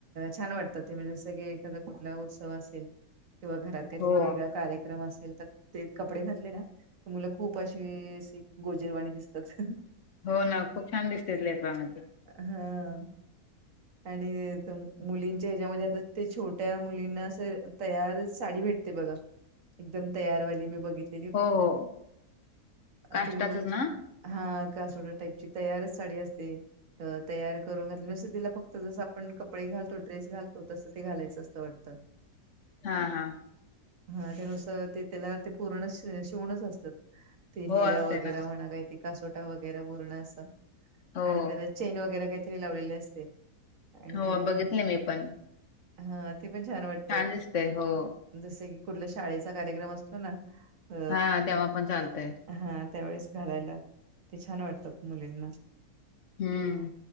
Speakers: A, on the right; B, on the left.
A: छान वाटतं. ते म्हणजे सगळे एखादा कुठला उत्सव असेल. किंवा घरात काहीतरी
B: हो
A: वेगळा कार्यक्रम असेल तर. ते कपडे घातले ना, तर मुलं खूप अशी अशी गोजरवाणी दिसतात.
B: हो ना. खूप छान दिसत्यात लेकरांना ते.
A: हं. आणि तन मुलींच्या ह्याच्यामध्ये आता ते छोट्या मुलींना असं तयारच साडी भेट ते बघा, एकदम तयारवाली मी बघित
B: हो हो.
A: अ,
B: काष्टाचच
A: तुम्ही बघ-
B: ना?
A: हा कासोटा टाईपची तयारच साडी असते. अ तयार करून घातली नसते, तिला फक्त. तर जसं आपण कपडे घालतो, ड्रेस घालतो तसं ते घालायचं असतं वाटतं.
B: हा हा.
A: हा त्या नुसार ते त्याला, ते पूर्ण शि शिवणच असतात. ते निर्या
B: हो असते
A: वगैरे
B: ना
A: म्हणा, काय ते कासोटा वगैरे पूर्ण असतात
B: हो
A: आणि त्याला चैन वगैरे काहीतरी लावलेली असते. आणि
B: हो
A: ते
B: बघितली मी पण.
A: हा. ते पण छान वाट
B: छान दिसतंय हो.
A: जसं की, कुठल्या शाळेचा कार्यक्रम असतो ना? अ
B: हां. तेव्हा पण चालतंय.
A: हा त्यावेेळेस घालायला, ते छान वाटतात मुलींना.
B: हम्म.